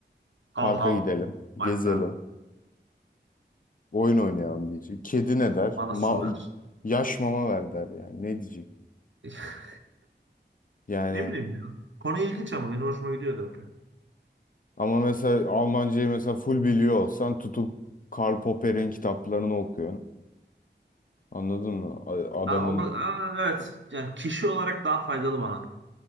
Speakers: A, on the left (about 45°); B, on the right (about 80°).
A: Parka
B: Hav hav.
A: gidelim,
B: My
A: gezelim,
B: friend.
A: oyun oynayalım diyecek. Kedi ne der?
B: Bana
A: Ma
B: su ver.
A: yaş mama ver der yani. Ne diyecek?
B: <laughs>
A: Yani
B: Ne bileyim ya. Konu ilginç ama benim hoşuma gidiyor da yapıyor.
A: Ama mesela Almancayı mesela full biliyor olsan tutup Karl Popper'in kitaplarını okuyorsun. Anladın mı? A- Adamın...
B: Ha, onda, aa, evet. Yani kişi olarak daha faydalı bana